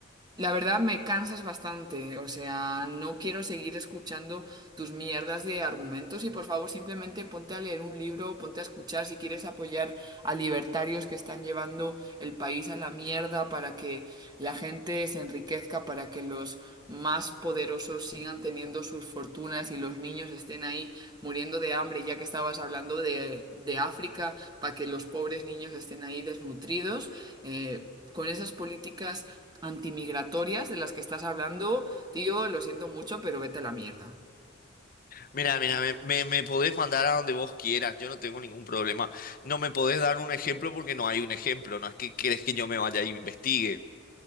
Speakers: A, on the right; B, on the left.
A: la verdad me cansas bastante, o sea, no quiero seguir escuchando tus mierdas de argumentos y por favor simplemente ponte a leer un libro, ponte a escuchar si quieres apoyar a libertarios que están llevando el país a la mierda para que la gente se enriquezca, para que los más poderosos sigan teniendo sus fortunas y los niños estén ahí muriendo de hambre, ya que estabas hablando de, de África, para que los pobres niños estén ahí desnutridos. eh, Con esas políticas Antimigratorias de las que estás hablando, tío, lo siento mucho, pero vete a la mierda.
B: Mira, mira, me, me, me podés mandar a donde vos quieras, yo no tengo ningún problema. No me podés dar un ejemplo porque no hay un ejemplo, no es que querés que yo me vaya y investigue.